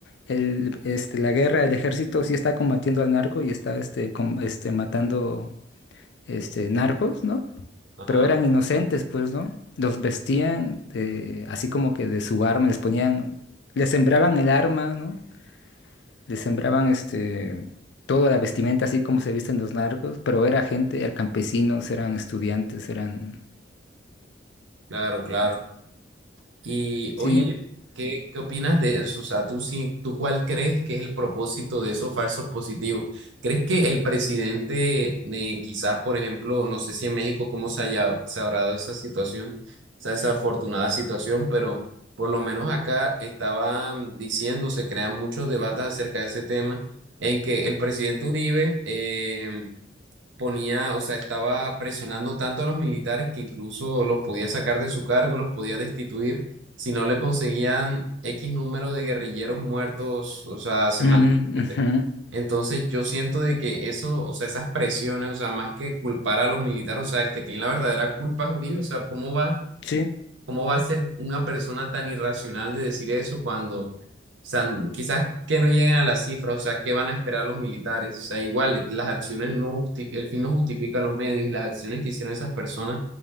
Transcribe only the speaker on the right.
Ajá,
claro, claro. Y
oye, ¿qué, qué opinas de eso? O sea, ¿tú, sí, tú cuál crees que es el propósito de esos falsos positivos? ¿Crees que el presidente, eh, quizás, por ejemplo, no sé si en México cómo se haya, se habrá dado esa situación, esa desafortunada situación, pero por lo menos acá estaban diciendo, se crean muchos debates acerca de ese tema, en que el presidente Uribe, eh, ponía, o sea, estaba presionando tanto a los militares que incluso los podía sacar de su cargo, los podía destituir si no le conseguían X número de guerrilleros muertos, o sea, semanalmente.
Entonces yo siento de que eso, o sea, esas presiones, o sea, más que culpar a los militares, o sea, el que tiene la verdadera culpa es Uribe, o sea, ¿cómo va
¿Cómo va a ser una persona tan irracional de decir eso cuando, o sea, quizás que no lleguen a las cifras, o sea, ¿qué van a esperar los militares? O sea, igual, las acciones no justi- el fin no justifica los medios y las acciones que hicieron esas personas